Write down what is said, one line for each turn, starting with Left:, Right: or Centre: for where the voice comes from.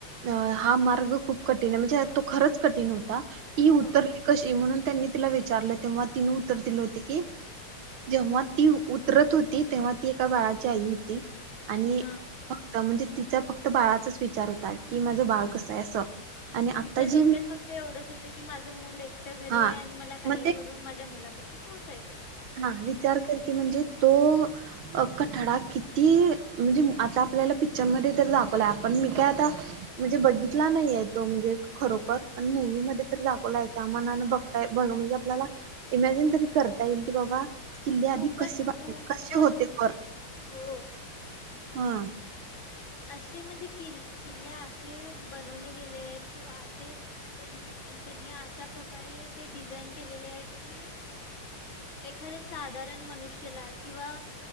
Right: अ हा मार्ग खूप कठीण आहे म्हणजे तो खरंच कठीण होता. की
Left: हो
Right: उतरली कशी म्हणून.. त्यांनी तिला विचारलं तेव्हा तिन उत्तर दिलं होती की जेव्हा ती उतरत होती तेव्हा ती एका बाळाची आई होती. आणि
Left: हा.
Right: फक्त म्हणजे तिचा फक्त बाळाचाच विचार होता की माझं बाळ कसं आहे असं.. आणि आता
Left: तिच्या डोक्यात
Right: जे
Left: फक्त एवढंच होत की माझं मूल एक मीत घरी
Right: हा
Left: आहे आणि मला काही
Right: मग
Left: करून माझ्या मुला कशी पोहचायचंय
Right: हा विचार कर की म्हणजे तो कठडा किती म्हणजे आता आपल्याला पिकच्चरमध्ये तर दाखवलाय आपण मी काय आता म्हणजे बघितला नाहीय तो म्हणजे खरोखर पण मूवी् मध्ये तर दाखवलाय त्या मानान बघता म्हणजे आपल्याला इमॅजिन तरी करता येईल के बाबा किल्ले
Left: खूपच
Right: आधी कसे
Left: खूपच
Right: कसे होते पर
Left: हो.
Right: हा
Left: असे म्हणजे किल् किल्ले असे बनवले गेले आहेत किंवा असे त्यांनी अशा प्रकारे ते डिझाईन केलेले आहेत कि एखाद्या साधारण मनुष्यला किंवा